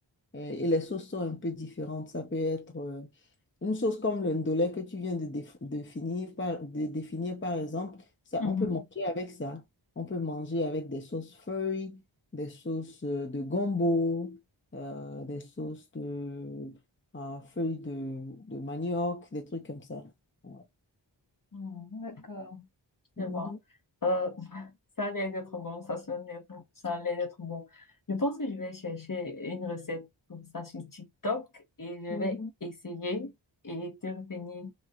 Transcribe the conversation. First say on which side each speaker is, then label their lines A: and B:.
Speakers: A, on the left; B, on the left.
A: Euh, Et les sauces sont un peu différentes. Ça peut être euh, une sauce comme le ndolé que tu viens de, déf- de finir par, de définir, par exemple. Ça,
B: Mhm.
A: on peut manger avec ça. On peut manger avec des sauces feuilles, des sauces euh, de gombo, euh, des sauces de euh, feuilles de, de manioc, des trucs comme ça. Ouais.
B: Hmm, d'accord.
A: Mhm.
B: Je vois. Euh, <laughs> ça allait être bon, ça sonnait bon, ça allait être bon. Je pense que je vais chercher une recette comme ça sur TikTok et je
A: Mhm.
B: vais essayer et te revenir.